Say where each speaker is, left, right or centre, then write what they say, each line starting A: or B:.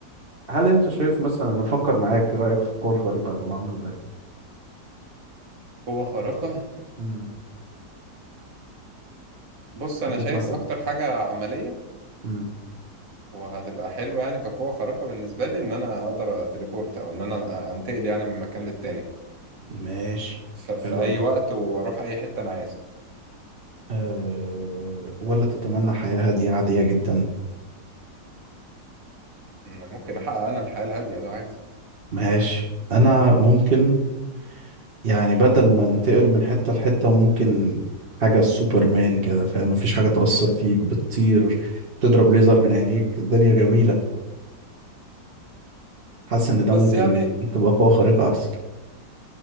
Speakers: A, on the right; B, on the right.
A: هل أنت شايف مثلا أنا بفكر معاك رأيك في القوة الخارقة هتبقى عاملة إزاي؟
B: قوة خارقة
A: مم.
B: بص
A: خليك
B: انا شايف
A: مثلا
B: اكتر حاجه عمليه
A: مم.
B: وهتبقى حلوه يعني كقوه خارقه بالنسبه لي ان انا اقدر اتليبورت او ان انا انتقل يعني من مكان للتاني
A: ماشي
B: ف- في
A: حلوة
B: اي
A: دي
B: وقت واروح اي حته انا عايزها
A: أه... ولا تتمنى حياة هادية عادية جدا
B: أنا ممكن احقق انا الحياه الهاديه ده عادي
A: ماشي أنا ممكن يعني بدل ما انتقل من حتة لحتة ممكن حاجة سوبرمان كده فاهم مفيش حاجة تأثر فيك بتطير تضرب ليزر من عينيك الدنيا جميلة حاسس إن ده
B: بس
A: ممكن
B: يعني
A: تبقى قوة خارقة أحسن